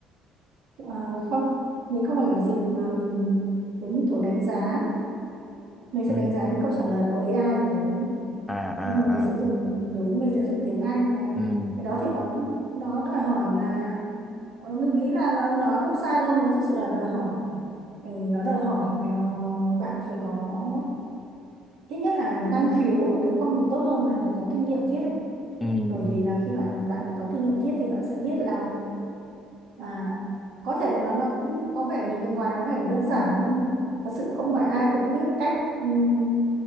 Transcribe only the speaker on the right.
Ờ, không mình không phải là dịch mà mình giống như kiểu đánh giá mình sẽ
đánh giá những câu trả lời của AI kiểu đấy
nhưng
mà mình
sẽ dùng đúng mình sẽ dùng tiếng Anh và
cái đó thì nó cũng nó đòi hỏi là ờ, mình nghĩ là nó nói không sai đâu nó thực sự là đòi hỏi Ừ, nó đòi hỏi ờ, bạn phải có ít nhất là năng khiếu hoặc nếu không thì tốt hơn là có kinh nghiệm viết ấy
bởi
vì là khi bạn bạn có kinh nghiệm viết thì bạn sẽ biết là à, có thể là nó, nó cũng có vẻ nhìn bên ngoài có vẻ là đơn giản nhưng thật sự không phải ai cũng biết cách ừm,